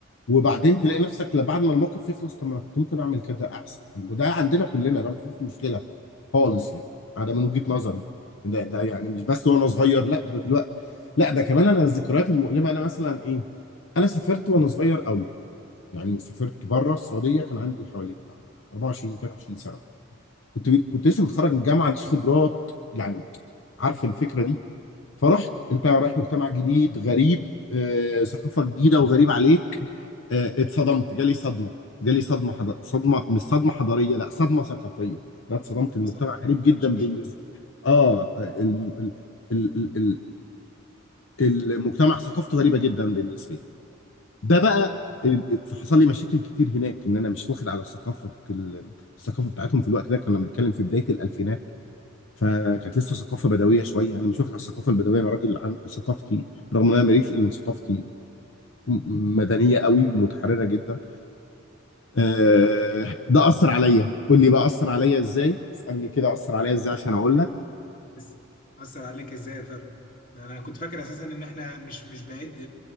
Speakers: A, on the left (about 65°); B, on the left (about 40°).
A: وبعدين تلاقي نفسك لا بعد ما الموقف يخلص طب ما انا كنت ممكن اعمل كده احسن وده عندنا كلنا ده ما فيهوش مشكله خالص يعني ده من وجهه نظري ده ده يعني مش بس وانا صغير لا ده دلوقتي لا ده كمان انا الذكريات المؤلمه انا مثلا ايه انا سافرت وانا صغير قوي يعني سافرت بره السعوديه كان عندي حوالي بتاع 24 23 سنه كنت كنت لسه متخرج من الجامعه عنديش خبرات يعني عارف الفكره دي فرحت
B: مم.
A: انت رايح مجتمع جديد غريب آه، ثقافه جديده وغريب عليك آه، اتصدمت جالي صدمه جالي صدمه حضر... صدمه مش صدمه حضاريه لا صدمه ثقافيه انا اتصدمت
B: صدمة
A: المجتمع
B: ثقافية
A: غريب
B: كالتشر
A: جدا بالنسبه
B: شوك
A: اه الم... ال... ال... ال... المجتمع ثقافته غريبه جدا بالنسبه لي ده بقى ال- فحصل لي مشاكل كتير هناك ان انا مش واخد على ثقافه ال- الثقافه بتاعتهم في الوقت ده كنا بنتكلم في بدايه الالفينات فكانت لسه ثقافه بدويه شويه انا مش واخد على الثقافه البدويه انا راجل عن ثقافتي برغم ان انا مريف ان ثقافتي م- مدنيه قوي ومتحرره جدا آه، ده اثر عليا قول لي بقى اثر عليا ازاي اسالني كده اثر عليا ازاي عشان اقول لك
B: بس أثر عليك إزاي يا ترى؟ ده أنا كنت فاكر أساسا إن إحنا مش مش بعيد